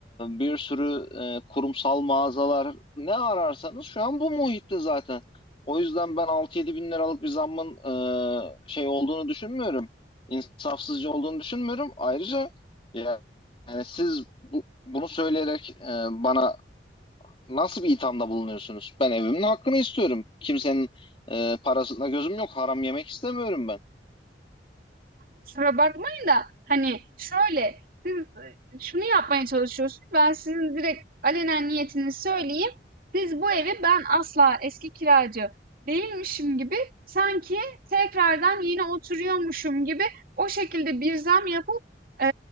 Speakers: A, on the left; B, on the right.
A: bir sürü e, kurumsal mağazalar. Ne ararsanız şu an bu muhitte zaten. O yüzden ben altı yedi bin liralık bir zammın e, şey olduğunu düşünmüyorum. İnsafsızca olduğunu düşünmüyorum. Ayrıca yani siz bu, bunu söyleyerek e, bana nasıl bir ithamda bulunuyorsunuz? Ben evimin hakkını istiyorum. Kimsenin e, parasına gözüm yok. Haram yemek istemiyorum ben.
B: kusura bakmayın da hani şöyle siz e, şunu yapmaya çalışıyorsunuz. Ben sizin direkt alenen niyetini söyleyeyim. Siz bu evi ben asla eski kiracı değilmişim gibi sanki tekrardan yeni oturuyormuşum gibi o şekilde bir zam yapıp e,